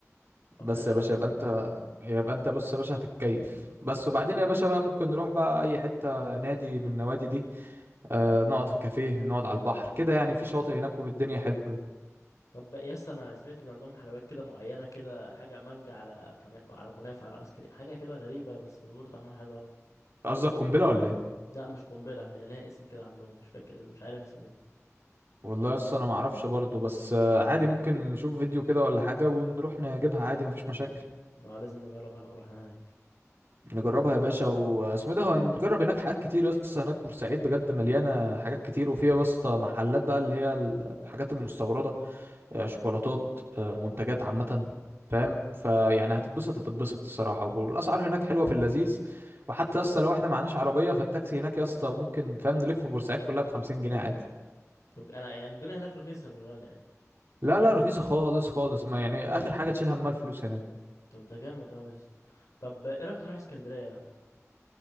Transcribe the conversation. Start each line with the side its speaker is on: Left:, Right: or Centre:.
Left: اكتر
Right: بس
Left: حاجه
Right: يا باشا
Left: بحبها
Right: يبقى انت
Left: اصلا
Right: يبقى انت بص يا باشا هتتكيف بس وبعدين يا باشا بقى ممكن نروح بقى اي حتة نادي من النوادي دي آه نقعد في كافيه نقعد على البحر كده يعني في شواطئ هناك والدنيا حلوه
Left: طب يا اسطى انا سمعت ان عندهم حلويات كده معينه كده حاجه مانجا على كنا... على كنافه على ايس كريم حاجه كده غريبه بس بتقول طعمها حلو قوي
Right: قصدك قنبلة ولا ايه
Left: لا مش قنبله هي ليها اسم كده عندهم مش فاكر مش عارف اسمه ايه
Right: والله لسه انا ما اعرفش برضه بس آه عادي ممكن نشوف فيديو كده ولا حاجة ونروح نجيبها عادي مفيش مشاكل
Left: آه، لازم نجربها لو رحنا هناك
Right: نجربها يا باشا واسمه ده هنجرب هناك حاجات كتير لسه هناك بورسعيد بجد مليانة حاجات كتير وفيها بس محلات بقى اللي هي الحاجات المستوردة آه، شوكولاتات آه، منتجات عامة فاهم فيعني هتتبسط هتتبسط الصراحة والأسعار هناك حلوة في اللذيذ وحتى يسطا لو احنا معناش عربية فالتاكسي هناك يسطا ممكن فاهم نلف بورسعيد كلها بخمسين جنيه عادي
Left: طب انا يعني الدنيا هناك رخيصه مش غاليه يعني
Right: لا لا رخيصة خالص خالص ما يعني آخر حاجة تشيل همها الفلوس هناك
Left: طب ده جامد قوي يا اسطى طب ايه رايك نروح اسكندريه يا عم